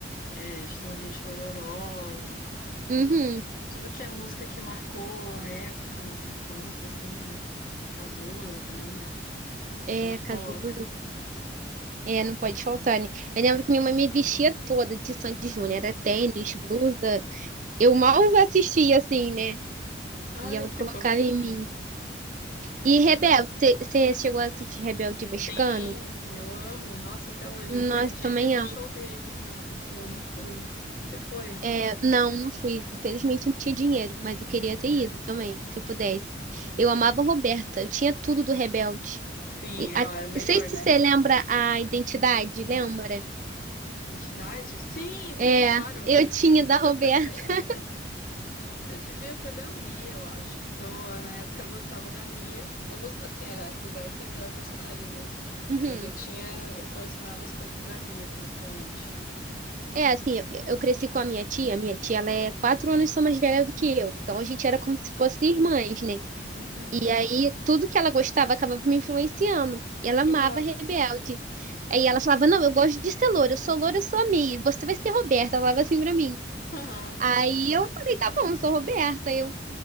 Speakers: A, on the left (about 50°); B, on the right (about 45°).
A: é, Chitãozinho e Chororó,
B: uhum,
A: a- tudo que é música que marcou a época, a nossa infância, assim, Cazuza também, né?
B: é,
A: A gente
B: Cazuza.
A: coloca.
B: É, não pode faltar, né? Eu lembro que minha mãe me vestia toda de Sandy Júnior,
A: <laughs>
B: era tênis, blusa. Eu mal assistia, assim, né?
A: Ai,
B: E ela
A: que
B: colocava
A: fofinho.
B: em mim. E Rebelde, você chegou a assistir Rebelde Mexicano?
A: Sim, eu amo. Nossa, até hoje.
B: Nossa,
A: Eu perdi
B: também
A: de ir no show deles, tá? Pô, eu não fui. Você foi?
B: É, não, não fui. Infelizmente não tinha dinheiro, mas eu queria ter
A: É.
B: ido também, se eu pudesse. Eu amava a Roberta, eu tinha tudo do Rebelde.
A: Sim,
B: E
A: ela
B: a-
A: é melhor,
B: não sei se
A: né?
B: você lembra a identidade, lembra?
A: Identidade? Sim, sim,
B: É,
A: claro.
B: eu
A: <laughs>
B: tinha da Roberta.
A: Eu também.
B: <laughs>
A: Eu devia ter da Mia, eu acho, porque eu, na época eu gostava da Mia. Eu gosto, assim, a Roberta é a melhor personagem, mas,
B: Uhum.
A: mas eu tinha, eu colecionava as coisas da Mia, principalmente.
B: É, assim, eu, eu cresci com a minha tia. Minha tia, ela é quatro anos só mais velha do que eu. Então a gente
A: Ah,
B: era como se fosse irmãs, né?
A: uhum,
B: E aí, tudo que ela gostava acabava me influenciando. E ela
A: que
B: amava
A: massa.
B: Rebelde. Aí ela falava: Não, eu gosto de ser loura, eu sou loura, eu sou a Mia, você vai ser Roberta. Ela falava assim pra mim.
A: Aham,
B: Aí eu falei: Tá bom, eu sou Roberta. Aí Eu,